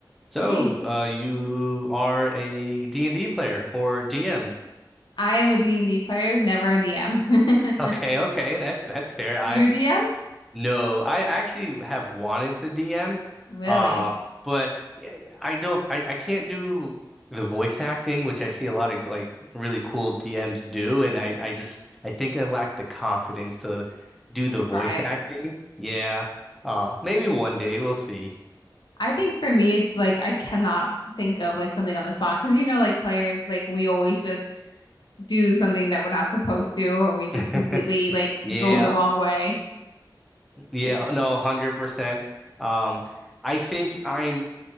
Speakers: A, in the centre; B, on the left (about 70°).
A: So,
B: Hey,
A: uh, you are a D and d player or DM. <laughs>
B: I am a D and d player, never a DM.
A: Okay,
B: <laughs>
A: okay, that's that's fair. I've
B: Do you DM?
A: no, I actually have wanted to DM,
B: Really?
A: um, but yeah, I don't, I, I can't do the voice acting, which I see a lot of like really cool DMs do, and I, I just, I think I lack the confidence to do the voice
B: Try it.
A: acting. Yeah, uh, maybe one day we'll see.
B: I think for me, it's like I cannot think of like something on the spot because you know, like players, like we always just do something that we're not supposed to, or we just
A: <laughs>
B: completely like
A: Yeah.
B: go the wrong way.
A: Yeah,
B: And,
A: no, 100%. Um, I think I'm